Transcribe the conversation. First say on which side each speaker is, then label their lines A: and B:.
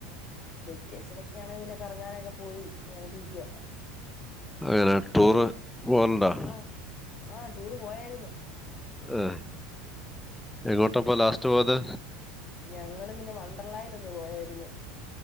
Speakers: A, on the left; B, in the centre.
A: വെക്കേഷനൊക്കെയാണേ പിന്നെ കറങ്ങാനക്കെ പോയി അങ്ങനക്കെര്ക്യാ
B: അങ്ങനെ ടൂറ് പോകലുണ്ടോ
A: ആഹ് ആഹ് ടൂറ് പോയാര്ന്ന്
B: ആഹ് എങ്ങോട്ടപ്പൊ ലാസ്റ്റ് പോയത്
A: ഞങ്ങള് പിന്നെ വണ്ടർലായിൽ ഒന്ന് പോയാര്ന്ന്.